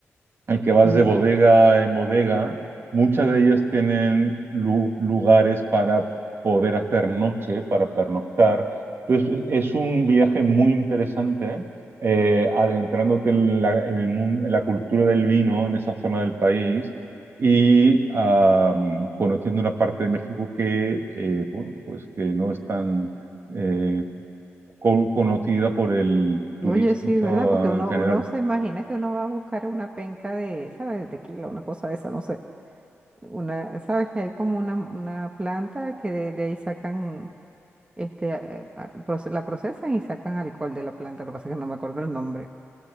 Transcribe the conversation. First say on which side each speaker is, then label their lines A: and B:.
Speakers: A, on the right; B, on the right.
A: al que vas
B: Ajá.
A: de bodega en bodega, muchas de ellas tienen lu- lugares para poder hacer noche, para pernoctar. Entonces, es un viaje muy interesante, eh, adentrándote en la, en el mun- en la cultura del vino en esa zona del país y ah, conociendo una parte de México que, eh, bueno, pues que no es tan eh, co- conocida por el turista
B: Oye, sí, ¿verdad? Porque uno,
A: en general.
B: uno se imagina que uno va a buscar una penca de, ¿sabes? De tequila, una cosa de esa, no sé. Una, ¿sabes? Que hay como una, una planta que de, de ahí sacan este, eh, a- proce- la procesan y sacan alcohol de la planta. Lo que pasa es que no me acuerdo el nombre.